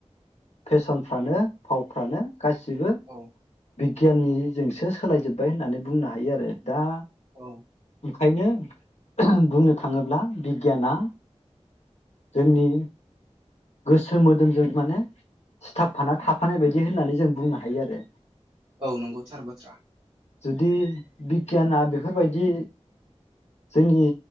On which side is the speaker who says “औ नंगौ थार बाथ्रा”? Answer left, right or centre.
Right